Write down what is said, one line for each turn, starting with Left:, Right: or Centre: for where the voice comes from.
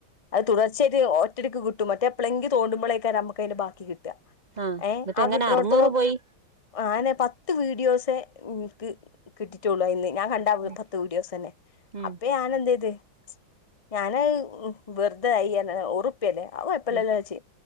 Left: അത് തുടർച്ചയിറ്റ് ഒറ്റടിക്ക് കിട്ടും മറ്റേ എപ്പളെങ്കി തോണ്ടുമ്പളെയ്ക്കാരം അമ്മക്ക് അതിന്റെ ബാക്കി കിട്ട
Right: ആഹ്
Left: ഏഹ്
Right: എന്നിട്ട്
Left: ആ
Right: എങ്ങനെ
Left: കിട്ട്ണോട്ത്തോളം
Right: അറുന്നൂറ് പോയി
Left: ആ അയന്നെ പത്ത് വീഡിയോസെ ഇൻക്ക് കിട്ടിറ്റൊള്ളു അയിന്ന് ഞാൻ കണ്ട <unintelligible>
Right: ഉം
Left: പത്ത് വീഡിയോസന്നെ
Right: ഉം
Left: അപ്പൊ ഞാൻ എന്ത് ചെയ്ത്. ഞാന് വെർതെ ആയി ഒറു പ്പല്യെ അത് കുഴപ്പല്ലല്ലോ
Right: ഉം
Left: വെച്ച്